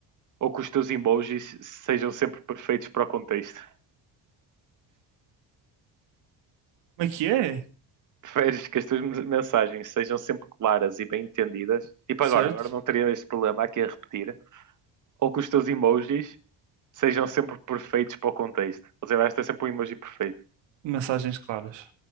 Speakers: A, on the right; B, on the right.
A: ou que os teus emojis sejam sempre perfeitos para o contexto?
B: Como é que é?
A: Preferes que as tuas mensagens sejam sempre claras e bem entendidas? Tipo
B: Certo?
A: agora, agora não teria este problema aqui a repetir. Ou que os teus emojis sejam sempre perfeitos para o contexto. Ou seja, vais ter sempre um emoji perfeito.
B: Mensagens claras.